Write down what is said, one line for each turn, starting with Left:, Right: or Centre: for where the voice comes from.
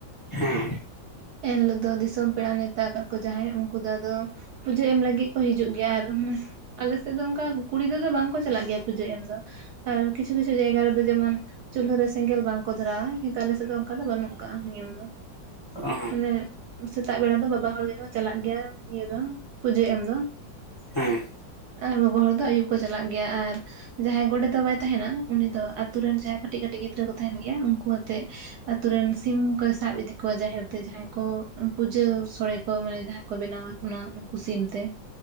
Right: <inaudible>
Left: ᱦᱮᱸ
Right: ᱮᱱ ᱦᱤᱞᱳᱜ ᱫᱚ ᱫᱤᱥᱚᱢ ᱯᱮᱲᱟ ᱱᱮᱣᱛᱟ ᱟᱠᱟᱫ ᱠᱚ ᱡᱟᱦᱟᱸᱭ ᱩᱱᱠᱩ ᱫᱚ ᱟᱫᱚ ᱯᱩᱡᱟᱹ ᱮᱢ ᱞᱟᱹᱜᱤᱫ ᱠᱚ ᱦᱤᱡᱩᱜ ᱜᱮᱭᱟ ᱾ ᱟᱨ ᱟᱞᱮ ᱥᱮᱫ ᱫᱚ ᱚᱱᱠᱟ ᱠᱩᱲᱤ ᱜᱤᱫᱽᱨᱟᱹ ᱫᱚ ᱵᱟᱝᱠᱚ ᱪᱟᱞᱟᱜ ᱜᱮᱭᱟ ᱯᱩᱡᱟᱹ ᱮᱢ ᱫᱚ ᱾ ᱟᱨ ᱠᱤᱪᱷᱩ ᱠᱤᱪᱷᱩ ᱡᱟᱭᱜᱟ ᱨᱮᱫᱚ ᱡᱮᱢᱚᱱ ᱪᱩᱞᱦᱟᱹ ᱨᱮ ᱥᱮᱸᱜᱮᱞ ᱵᱟᱝᱠᱚ ᱫᱷᱚᱨᱟᱣᱟ, ᱠᱤᱱᱛᱩ ᱟᱞᱮ ᱥᱮᱫ ᱫᱚ ᱚᱱᱠᱟ ᱫᱚ ᱵᱟᱹᱱᱩᱜ ᱟᱠᱟᱜ-ᱟ ᱱᱤᱭᱚᱢ ᱫᱚ᱾
Left: ᱚ
Right: ᱢᱟᱱᱮ ᱥᱮᱛᱟᱜ ᱵᱮᱲᱟ ᱫᱚ ᱵᱟᱵᱟ ᱦᱚᱲ ᱜᱮ ᱠᱚ ᱪᱟᱞᱟᱜ ᱜᱮᱭᱟ ᱤᱭᱟᱹ ᱫᱚ ᱯᱩᱡᱟᱹ ᱮᱢ ᱫᱚ᱾
Left: ᱦᱮᱸ᱾
Right: ᱟᱨ ᱜᱚᱜᱚ ᱦᱚᱲ ᱫᱚ ᱟᱹᱭᱩᱵ ᱠᱚ ᱪᱟᱞᱟᱜ ᱜᱮᱭᱟ, ᱟᱨ ᱡᱟᱦᱟᱸᱭ ᱜᱚᱰᱮᱛ ᱵᱟᱵᱟᱭ ᱛᱟᱦᱮᱸᱱᱟ ᱩᱱᱤ ᱫᱚ ᱟᱛᱩ ᱨᱮᱱ ᱡᱟᱦᱟᱸᱭ ᱠᱟᱹᱴᱤᱡ ᱠᱟᱹᱴᱤᱡ ᱜᱤᱫᱽᱨᱟᱹ ᱠᱚ ᱛᱟᱦᱮᱱ ᱜᱮᱭᱟ ᱩᱱᱠᱩ ᱟᱛᱮᱫ ᱟᱛᱩ ᱨᱮᱱ ᱥᱤᱢ ᱠᱚᱭ ᱥᱟᱵ ᱤᱫᱤ ᱠᱚᱣᱟ ᱡᱟᱦᱮᱨ ᱛᱮ, ᱡᱟᱦᱟᱸᱭ ᱠᱚ ᱯᱩᱡᱟᱹ ᱥᱚᱲᱮ ᱠᱚ ᱢᱟᱱᱮ ᱡᱟᱦᱟᱸᱭ ᱠᱚ ᱵᱮᱱᱟᱣᱟ, ᱚᱱᱟ ᱩᱱᱠᱩ ᱥᱤᱢ ᱛᱮ ᱾